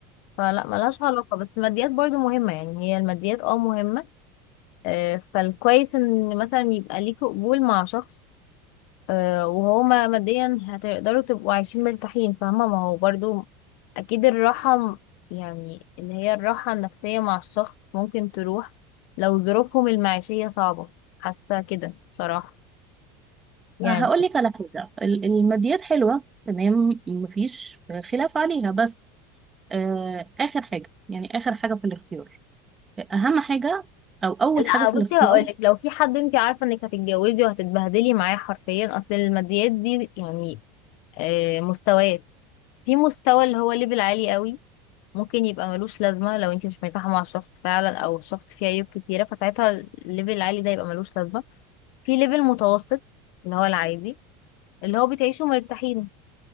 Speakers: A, on the left; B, on the right.
A: فلا ملهاش علاقة بس الماديات برضو مهمة يعني هي الماديات اه مهمة آه، فالكويس إن مثلا يبقى ليكي قبول مع شخص آه، وهما ماديا هتقدروا تبقوا عايشين مرتاحين فاهمة ما هو برضو أكيد الراحة م- يعني اللي هي الراحة النفسية مع الشخص ممكن تروح لو ظروفهم المعيشية صعبة حاسة كده بصراحة يعني
B: هقول لك على حاجة ال- الماديات حلوة تمام مفيش خلاف عليها بس آه، آخر حاجة يعني آخر حاجة في الاختيار أهم حاجة أو أول
A: لا
B: حاجة في
A: بصي
B: الاختيار
A: هقولك لو في حد انت عارفة انك هتتجوزي وهتتبهدلي معاه حرفيا اصل الماديات دي يعني آه، مستويات في مستوى اللي هو ليفل عالي قوي ممكن يبقى ملوش لازمة لو انت مش مرتاحة مع الشخص فعلا او الشخص فيه عيوب كتيرة فساعتها الليفل العالي ده يبقى ملوش لازمة في ليفل متوسط اللي هو العادي اللي هو بتعيشوا مرتاحين